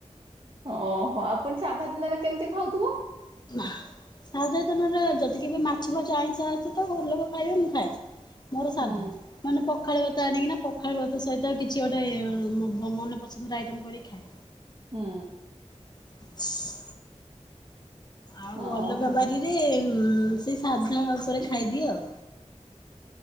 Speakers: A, on the right; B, on the left.
A: ଓ ହୋ ପୁଣି ସାଧା ଦିନରେ କେମିତି ଖାଉଥିବ?
B: <unintelligible> ସାଧାର ଦିନରେ ଯଦି କେବେ ମାଛ ଫାଛ ଆଇଁଷ ଅସେ ତ ଘରଲୋକ ଖାଇବେ ମୁଁ ଖାଏ। ମୋର ସାଧା
A: ହୁଁ
B: ମାନେ ପ ପଖାଳ ଭାତ ଆଣିକିନା ପଖାଳ ଭାତ ସହିତ କିଛି ଗୋଟେ ମୋ ମ ମନ ପସନ୍ଦର ଆଇଟମ କରିକି ଖାଏ।
A: ହୁଁ
B: <inaudible> ଆଉ
A: ଓହୋ
B: ଅଲଗା ବାରିରେ ସେଇ ସାଧା ଉପରେ ଖାଇଦିଏ ଆଉ।